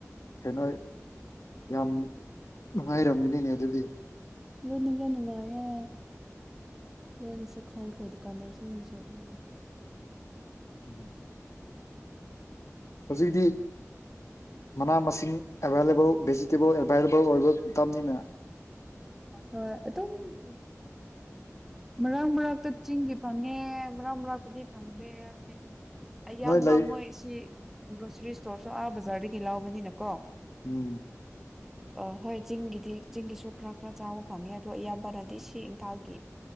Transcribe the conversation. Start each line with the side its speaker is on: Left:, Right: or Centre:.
Left: ꯀꯩꯅꯣ ꯌꯥꯝ ꯅꯨꯡꯉꯥꯏꯔꯝꯒꯅꯤꯅꯦ ꯑꯗꯨꯗꯤ
Centre: <unintelligible> ꯑꯗꯨꯅꯦ ꯌꯥꯝ ꯅꯨꯡꯉꯥꯏꯌꯦ ꯂꯣꯏꯅꯁꯨ ꯈꯪꯈ꯭ꯔꯦ ꯗꯨꯀꯥꯟꯗꯥꯔꯁꯤꯡꯅꯁꯨ ꯑꯗꯨꯝ
Left: ꯎꯝ <inaudible> ꯍꯧꯖꯤꯛꯇꯤ ꯃꯅꯥ ꯃꯁꯤꯡ ꯑꯦꯕꯥꯏꯂꯦꯕꯜ ꯚꯦꯖꯤꯇꯦꯕꯜ ꯑꯦꯕꯥꯏꯂꯦꯕꯜ ꯑꯣꯏꯕ ꯃꯇꯝꯅꯤꯅꯥ
Centre: ꯍꯣꯏ ꯑꯗꯨꯝ <unintelligible> ꯃꯔꯛ ꯃꯔꯛꯇ ꯆꯤꯡꯒꯤ ꯐꯪꯉꯦ ꯃꯔꯛ ꯃꯔꯛꯇꯗꯤ ꯐꯪꯗꯦ ꯍꯥꯏꯕꯗꯤ ꯑꯌꯥꯝꯕ
Left: ꯅꯣꯏ ꯂꯩ
Centre: ꯃꯣꯏ ꯁꯤ ꯒ꯭ꯔꯣꯁꯔꯤ ꯏꯁꯇꯣꯔꯁꯨ ꯑꯥ ꯕꯖꯥꯔꯗꯒꯤ ꯂꯎꯕꯅꯤꯅꯀꯣ
Left: ꯎꯝ
Centre: ꯑ ꯍꯣꯏ ꯆꯤꯡꯒꯤꯗꯤ ꯆꯤꯡꯒꯤꯁꯨ ꯈꯔ ꯈꯔ ꯆꯥꯕ ꯐꯪꯉꯦ ꯑꯗꯨ ꯑꯌꯥꯝꯕꯅꯗꯤ ꯁꯤ ꯏꯝꯐꯥꯜꯒꯤ